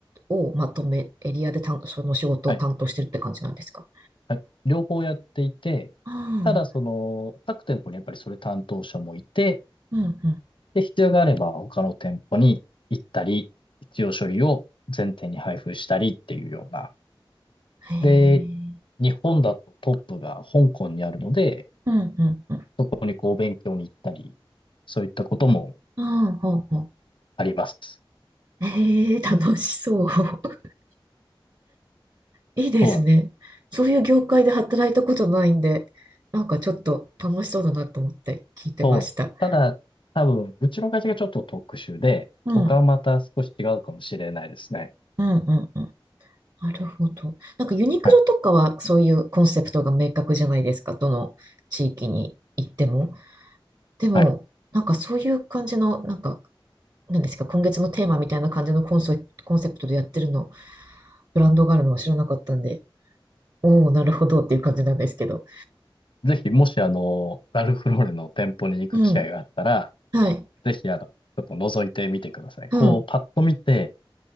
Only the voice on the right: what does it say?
をまとめ、エリアで担その仕事を担当してるって感じなんですか
ああ、
うん、うんう
ん。へ
え。
うん、うん、うん。
ああ、ほうほ
う。へえ、楽しそう。<laughs> いいですね。
そういう業界で働いたことないんで、なんかちょっと楽しそうだなと思って聞いてました。
うん、
うん、うん、うん。なるほど。なんかユニクロとかはそういうコンセプトが明確じゃないですか。
どの地域に行っても。でも、
なんかそういう感じの、なんか、なんですか、今月のテーマみたいな感じのコンセ、コンセプトでやってるの、ブランドがあるのは知らなかったんで、おお、なるほどっていう感じなんですけど。
うん。はい。
うん。